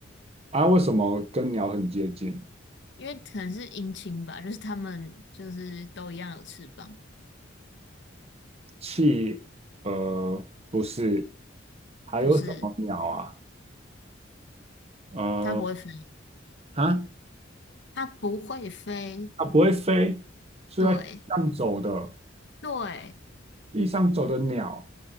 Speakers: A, on the right; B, on the left.
A: 啊，为什么跟鸟很接近？
B: 因为可能是鹰青吧，就是它们就是都一样有翅膀，
A: 企鹅不是，还有什么鸟啊？
B: 不是
A: 呃，
B: 它不会飞，
A: 啊，
B: 它不会飞，
A: 它不会飞，是在地上走的，
B: 对对
A: 地上走的鸟，